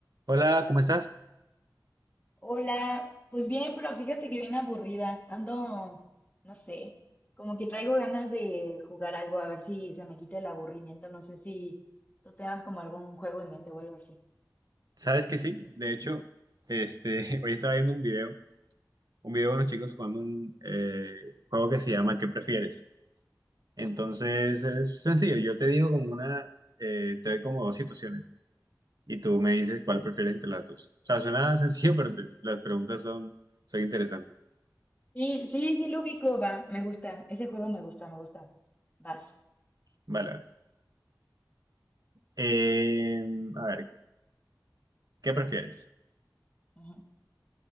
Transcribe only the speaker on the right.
Hola, ¿cómo estás?
¿Sabes que sí? De hecho, este, <laughs> hoy estaba viendo un video, un video de unos chicos jugando un eh, juego que se llama ¿Qué prefieres? Entonces es sencillo, yo te digo como una, eh, te doy como dos situaciones y tú me dices cuál prefieres entre las dos. O sea, suena <laughs> sencillo, pero te- las preguntas son, son interesantes.
Vale, vale. Eh, a ver, ¿qué prefieres?